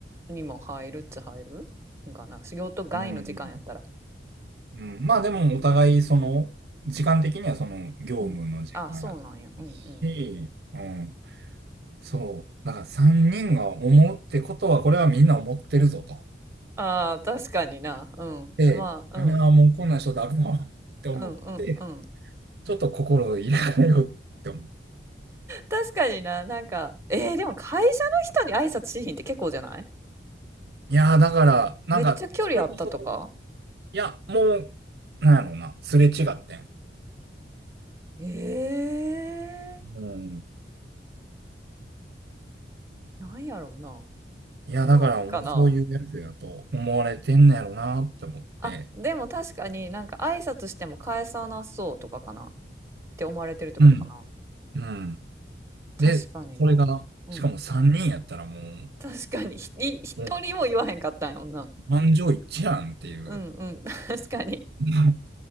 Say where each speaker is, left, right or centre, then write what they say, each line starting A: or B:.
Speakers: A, on the right (about 15°); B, on the right (about 60°).
A: にも入るっちゃ入るんかな仕事外の時間やったら
B: うん。うん、まあ、でも、
A: うんうん
B: お互い、その、時間的にはその、業務の時間やったし、
A: うんあそうなんやうんうん
B: うん。そう。だから、3人が思うってことは、これはみんな思ってるぞと。
A: ああ確かになうんまあうん
B: で、ああ、もうこんな人だろうって思って、
A: うんうんうん
B: ちょっと心を入れ替えようって思う
A: 確かにななんかえー、でも会社の人に挨拶しひんって結構じゃない
B: いやー、だから、なんか、
A: めっちゃ距離あったとか
B: それこそ、いや、もう、なんやろうな、すれ違ってん。
A: ええ
B: うん。
A: ー、なんやろうな
B: いや、
A: 怖いんかな
B: だから、もうそういうやつやと思われてんのやろうなって思って。
A: あでも確かになんか挨拶しても返さなそうとかかなって思われてるってことかな
B: うん。うん。
A: 確かになうん
B: で、それが、しかも3人やったらもう、
A: 確かに、ひ、い一人も言わへんかったんやもんな。
B: もう、満場一致やんっていう、
A: うんうん、<laughs> 確かに。
B: <laughs>